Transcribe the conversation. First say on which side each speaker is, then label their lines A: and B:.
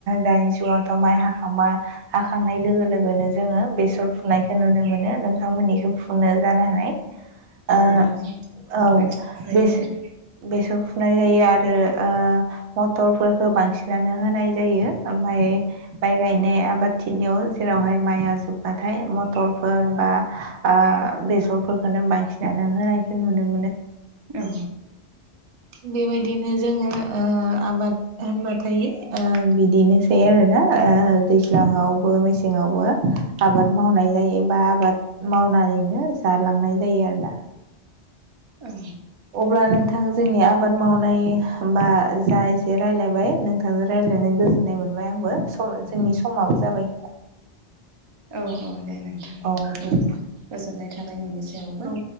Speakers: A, on the right (about 85°); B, on the right (about 40°).
A: दानि जुगावथ' माइ हाखांबा हाखांनाय लोगो लोगोनो जोंङो बेसर फुनायखौ नुनो मोनो नोंथांमोननिखौ फुनो जानो हानाय।
B: औ
A: ओ
B: औ।
A: औ
B: जोंथिं फुनाय
A: बेस
B: जायो।
A: बेसर फुनाय जायो आरो ओ मटरफोरखौ बांसिनानो होनाय जायो ओमफाय
B: औ
A: बाइ गायनाय आबादथिलियाव जेरावहाय माइआ जोब्बाथाय मथरफोर बा ओ बेसरफोरखौनो बांसिनानो होनायखौ नुनो मोन
B: औ।
A: बेबायदिनो जोंङो ओ आबाद होनबाथाय ओ बिदिनोसै आरोना। ओ दैज्लांङावबो मेसेंङावबो आबाद मावनाय जायो बा आबाद मावनानैनो जालांनाय जायो आरोना।
B: औ।
A: अब्ला नोंथां जोंनि आबाद मावनाय बा जा एसे रायलायबाय नोंथांजों रायजलायनानै गोजोननाय मोनबाय आंबो। औ जोंनि समाबो जाबाय।
B: औ औ दे नोंथां
A: औ
B: बिदिब्ला।
A: दे
B: गोजोननाय थाबाय नोंनि सायावबो।
A: औ